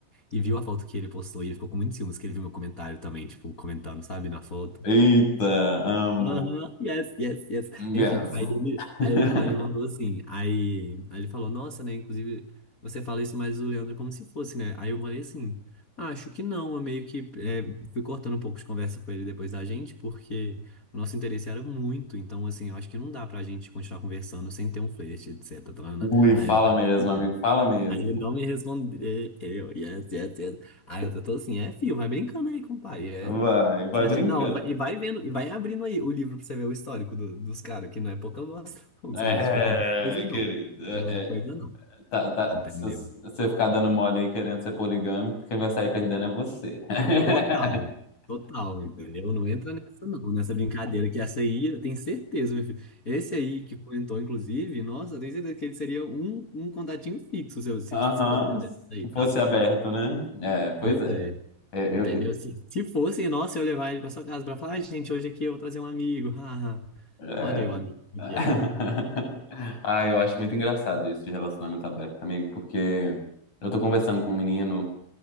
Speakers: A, on the left; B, on the left.
A: e viu a foto que ele postou e ele ficou com muitos ciúmes, que ele viu meu comentário também, tipo, comentando, sabe, na foto.
B: Eita, amo.
A: Aham, yes, yes, yes.
B: Yes.
A: Enfim, aí ele,
B: <laughs>
A: aí o pai me mandou assim. Aí, aí ele falou, nossa, né? Inclusive, você fala isso, mas o Leandro é como se fosse, né? Aí eu falei assim, "Ah, acho que não. Eu meio que é, fui cortando um pouco de conversa com ele depois da gente, porque o nosso interesse era muito. Então, assim, eu acho que não dá pra gente continuar conversando sem ter um flerte, etc. taraná."
B: Ui, fala
A: Aí ele não me
B: mesmo,
A: respondeu.
B: amigo, fala mesmo.
A: Aí ele não me respondeu. Eu, yes, yes, yes. Aí eu tô assim, é, filho, vai brincando aí com o pai. é."
B: Vai, vai brincando.
A: Assim, Não, e vai e vai vendo, e vai abrindo aí o livro pra você ver o histórico do- dos caras, que não é pouca bosta, não,
B: É,
A: sabe? Tipo, não é pouca coisa não.
B: querido. É,
A: Não é pouca coisa
B: é,
A: não,
B: tá, tá,
A: entendeu?
B: se se você ficar dando mole aí querendo ser poligâmico, quem vai sair perdendo é você. <laughs>
A: Total, total, entendeu? Não entra nessa não, nessa brincadeira, que essa aí, eu tenho certeza, meu filho. Esse aí que comentou, inclusive, nossa, eu tenho certeza que ele seria um, um contatinho fixo, se, eu- se
B: Aham,
A: fosse
B: se
A: aí,
B: fosse
A: tá?
B: aberto, né? É, pois
A: Pois
B: é.
A: é.
B: É,
A: Entendeu?
B: eu, eu-
A: Se, se fosse, nossa, eu ia levar ele pra sua casa pra falar, "Ai, gente, hoje aqui eu vou trazer um amigo. <laughs> haha."
B: é.
A: Olha aí o amigo
B: <laughs>
A: que é.
B: Ah, eu acho muito engraçado isso de relacionamento aberto, amigo, porque eu tô conversando com um menino.